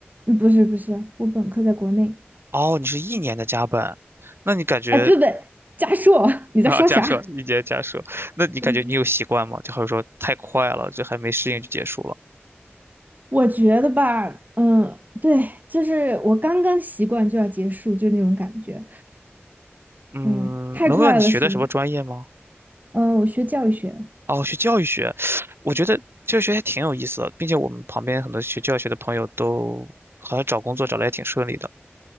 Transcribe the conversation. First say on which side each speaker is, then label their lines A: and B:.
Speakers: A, on the right; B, on the right.
A: 嗯不是不是，我本科在国内
B: 哦，你是一年的加本，那你感觉
A: 啊，对不对？加硕，<laughs> 你在说啥？
B: 啊，加设一年加设，那你感觉你有习惯吗？
A: 嗯，
B: 就好比说太快了，这还没适应就结束了。
A: 我觉得吧，嗯，对，就是我刚刚习惯就要结束，就那种感觉。
B: 嗯，
A: 嗯，太快了，
B: 能问问你学的什么专业吗？
A: 是，嗯，我学教育学，
B: 哦，学教育学，我觉得教育学还挺有意思的，并且我们旁边很多学教育学的朋友都好像找工作找的也挺顺利的。